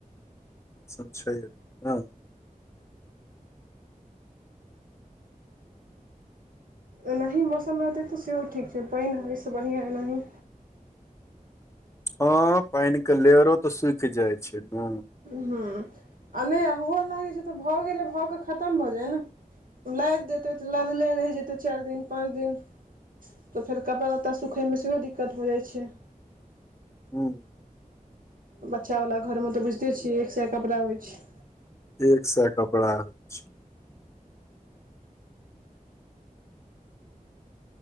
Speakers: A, on the left; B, on the right.
A: सब छै एत्ते नै
B: एनाही मौसम रहतै तऽ सेहो ठीक छै पानि होइसँ बढ़ियाँ एनाही
A: हाँ पानिके लेयरो तऽ सुखि जाइ छै न
B: हँ आ नहि हुओ लागै छै तऽ भऽ गेलै भऽ कऽ खतम भऽ जाई न लादि देतै तऽ लदले रहि जेतै चारि दिन पाँच दिन तऽ फेर कपड़ा लत्ता सुखयमे सेहो दिक्कत भऽ जाइ छै
A: हूँ
B: बच्चावला घरमे तऽ बुझितै छियै एक साएह कपड़ा होइ छै
A: एक साएह कपड़ा होइ छै